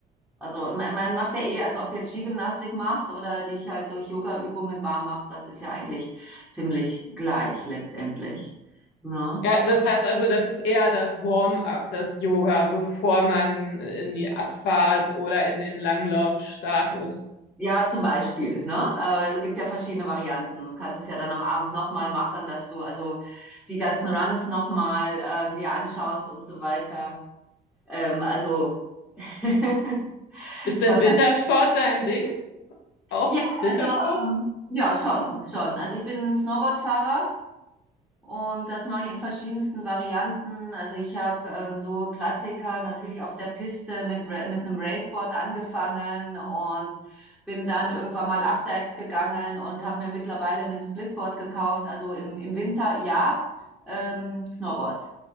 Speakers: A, in the centre; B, on the left.
A: also man man macht ja eh, also ob du jetzt Skigymnastik machst oder dich halt durch Yoga-Übungen warm machst, das ist ja eigentlich ziemlich gleich letztendlich. Ne?
B: Ja, das heißt also, das ist eher das Warm-up, das Yoga, bevor man in die Abfahrt oder in den Langlauf startet.
A: Ja, zum Beispiel, ne? Äh, Es gibt ja verschiedene Varianten. Du kannst es ja dann am Abend nochmal machen, dass du also die ganzen Runs nochmal ähm, dir anschaust und so weiter. Ähm, also <laughs>
B: Ist denn
A: von
B: Wintersport
A: da.
B: dein Ding? Auch
A: Ja,
B: Wintersport?
A: also ähm, ja, schon, schon. Also ich bin Snowboardfahrer. Und das mache ich in verschiedensten Varianten. Also ich habe ähm, so Klassiker natürlich auf der Piste mit, Ra- mit einem Raceboard angefangen und bin dann irgendwann mal abseits gegangen und habe mir mittlerweile einen Splitboard gekauft. Also im, im Winter ja, ähm, Snowboard.